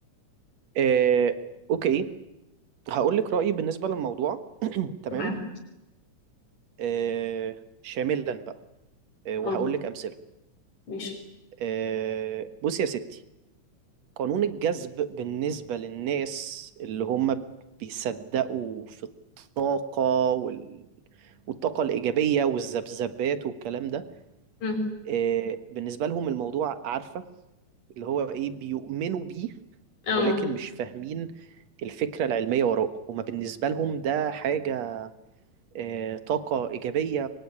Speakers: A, on the right; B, on the left.
A: آه، اوكي هقول لك رأيي بالنسبة للموضوع <clears throat> تمام
B: تمام؟
A: آه، شاملا بقى آه، وهقول
B: اه
A: لك أمثلة
B: ماشي
A: آه، بصي يا ستي قانون الجذب بالنسبة للناس اللي هم بيصدقوا في الطاقة وال... والطاقة الإيجابية والذبذبات والكلام ده
B: مم،
A: آه، بالنسبة لهم الموضوع عارفة اللي هو ايه بيؤمنوا بيه
B: اه
A: ولكن مش فاهمين الفكرة العلمية وراءه هما بالنسبة لهم ده حاجة آه، طاقة إيجابية